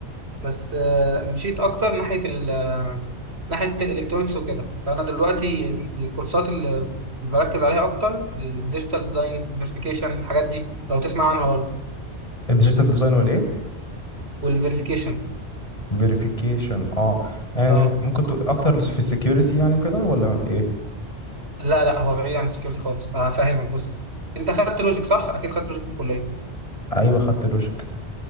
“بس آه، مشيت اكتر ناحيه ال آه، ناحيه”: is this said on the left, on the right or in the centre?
Right